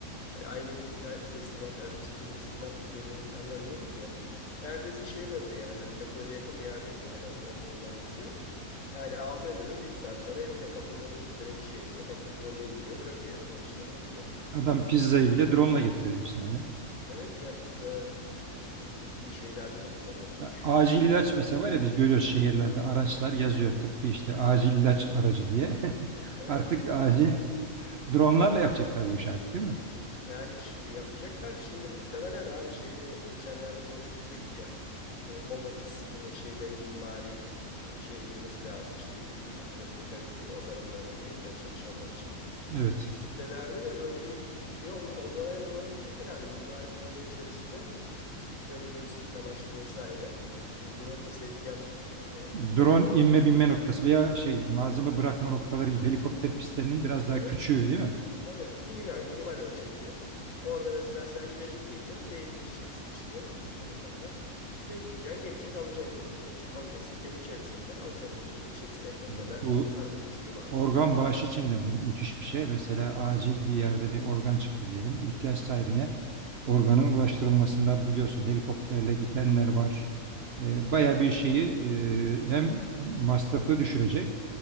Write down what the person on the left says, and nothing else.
Hani aynı gün te- teslimat, ertesi gün teslimat gibi böyle reklamlar görürüz ya. Neredeyse şeye döndü yani hani depoya da yakın bir yerdeysen ya da operasyon merkezine. Yani aldığın ürün bir saat sonra evinde kapının önünde direkt şey sokak kapının önüne indiriyor bırakıyor ya da bahçene bırakıyor.
Evet ya pizza işte mesela tıbbi şeylerde de kullanıyorlarmış.
Evet.
Yani ş- yapacaklar şimdi muhtemelen abi şeyde geçenlerde konuşulmuştuk ya e, home office e, şeylerini mimari e, şeye girmesi lazım işte e, 6 metrekarelik bir odanın da böyle evden çalışanlar için.
Şimdi sitelerde de böyle bir şey ol- olmaya doğru gidecek herhalde mimari projenin içerisinde bu tip böyle lojistik amaçlı vesaire yani drone'la sevkiyat e, amacıyla
bir tane.
e,
Evet
Tabii minimal minimal ölçekte. Orada mesela sen ilacın geliyor, teyitleşeceksin işte e, telefonla. Bekleyeceksin, gelecek, alacaksın elini, indirecek, alacak sitenin içerisinden alacaksın ilacını, gideceksin evine
ya da kargo teslimatı.
Hı hı.
Evet.